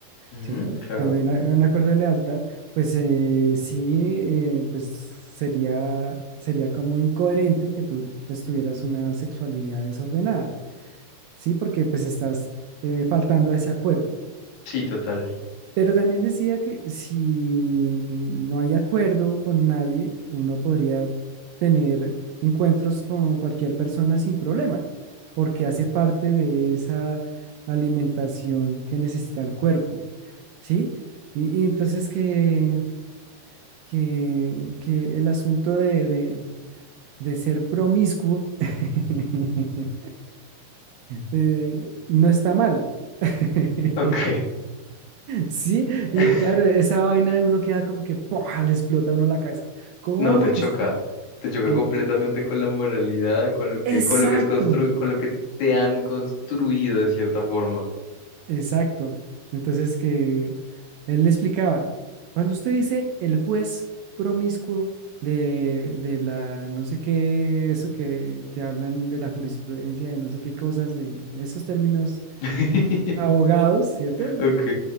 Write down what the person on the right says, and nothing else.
¿cierto?
Cuando hay una- un acuerdo de lealtad, pues eh, sí, eh, pues sería, sería como incoherente que tú pues tuvieras una sexualidad desordenada. Sí, porque pues estás eh, faltando a ese acuerdo.
Pero también decía que si no hay acuerdo con nadie, uno podría tener encuentros con cualquier persona sin problema, porque hace parte de esa alimentación que necesita el cuerpo, ¿sí? Y, y entonces que, que, que el asunto de, de- de ser promiscuo <laughs> eh, no está mal. <laughs>
Sí,
y claro, esa vaina de uno queda como que ¡pua! le explota a uno la cabeza. ¿Cómo
que está?
el-
Exacto,
exacto. Entonces que él le explicaba, cuando usted dice el juez promiscuo de, de la no sé qué, eso que, que hablan de la jurisprudencia, de no sé qué cosas, de esos términos
abogados, ¿cierto?